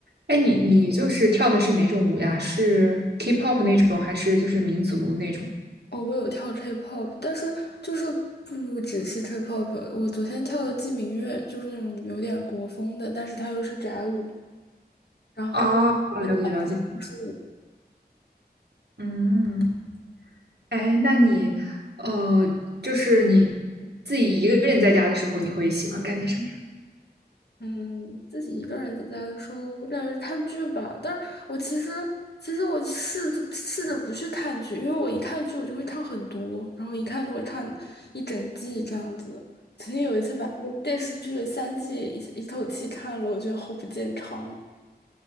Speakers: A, on the right (about 75°); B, on the left (about 75°).
A: 哎，你你就是跳的是哪种舞呀？是 K-pop 那种，还是就是民族那种？
B: 哦，我有跳 K-pop，但是就是不只是 K-pop。我昨天跳的季明月，就是那种有点国风的，但是它又是宅舞。然后我跳的是
A: 哦，了解了解。嗯，哎，那你，呃，就是你自己一个人在家的时候，你会喜欢干点什么呀？
B: 嗯，自己一个人在家的时候，我感觉看剧吧。但是我其实，其实我试着试着不去看剧，因为我一看剧我就会看很多，然后一看就会看一整季这样子。曾经有一次把一个电视剧的三季一一口气看了，我觉得好不健康啊，